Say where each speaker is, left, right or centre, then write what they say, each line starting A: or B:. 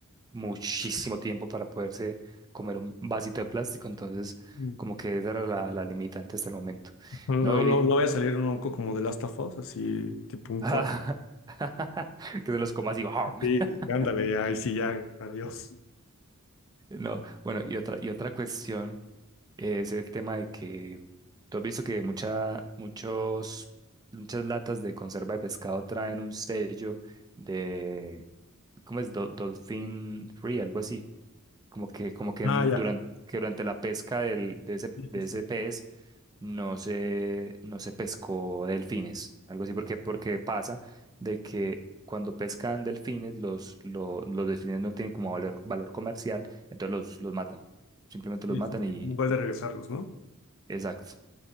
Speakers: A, on the right; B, on the left.
A: muchísimo tiempo para poderse comer un vasito de plástico, entonces
B: Mm.
A: como que esa era la, la limitante hasta el momento.
B: No,
A: No, y,
B: no, no vaya a salir un onco como de Last of Us, así tipo un
A: <laughs>
B: corte.
A: que se los coma así. <laughs>
B: Sí, sí, sí, ándale, ya, ahí sí, ya, adiós.
A: No, bueno, y otra, y otra cuestión es el tema de que tú has visto que mucha, muchos, muchas latas de conserva de pescado traen un sello de, ¿cómo es? Dol- Dolphin Free, algo así. Como que, como que
B: Ah, ya.
A: durante, que durante la pesca del, de ese,
B: Sí,
A: de
B: sí, sí,
A: ese pez no se, no se pescó delfines, algo así, porque, porque pasa de que cuando pescan delfines, los, lo- los delfines no tienen como valor, valor comercial entonces los, los matan. Simplemente
B: sí,
A: los matan
B: sí, sí,
A: y...
B: Un gol de regresarlos, ¿no?
A: Exacto.